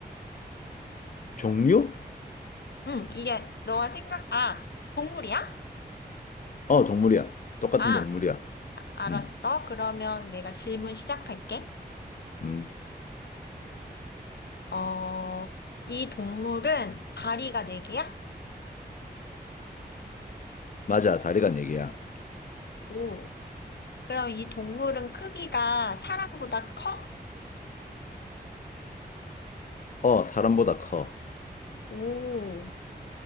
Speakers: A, on the left; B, on the left.
A: 종류?
B: 응, 이게 너가 생각, 아, 동물이야?
A: 어, 동물이야. 똑같은
B: 아.
A: 동물이야.
B: 알았어.
A: 음,
B: 그러면 내가 질문 시작할게.
A: 음.
B: 어, 이 동물은 다리가 네개야
A: 맞아. 다리가 네 개야.
B: 오. 그럼 이 동물은 크기가 사람보다 커?
A: 어, 사람보다 커.
B: 오.